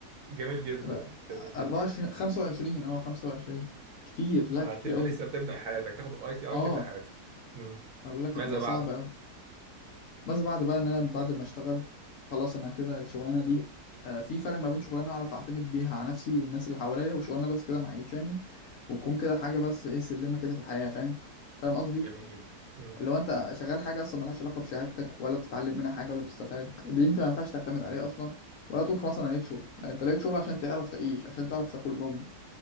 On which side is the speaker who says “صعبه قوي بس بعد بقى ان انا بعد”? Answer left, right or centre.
Left